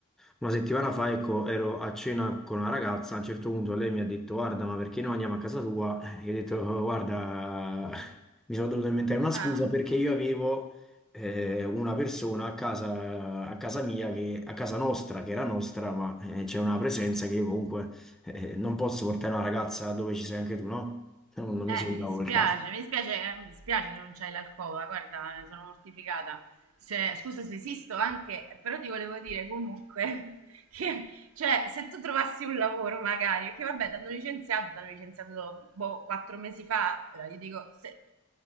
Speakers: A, in the centre; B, on the right.
A: una settimana fa ecco, ero a cena con una ragazza, a un certo punto lei mi ha detto guarda ma perché noi andiamo a casa tua? E io ho detto "Oh, guarda, <laughs> mi sono dovuto inventare una scusa
B: Ah,
A: perché io avevo eh, una persona a casa, a casa mia, che, a casa nostra, che era nostra, ma eh, c'è una presenza che io comunque eh, non posso portare una ragazza dove ci sei anche tu, no? Non, non
B: eh,
A: mi sembrava
B: mi dispiace,
A: quel caso.
B: mi dispiace, eh, mi dispiace che non c'hai l'alcova, guarda, ne sono mortificata. Cioè, scusa se esisto anche, però ti volevo dire comunque <laughs> che, cioè, se tu trovassi un lavoro magari, perché vabbè, ti hanno licenziato, ti hanno licenziato, boh, quattro mesi fa, ora io dico, se,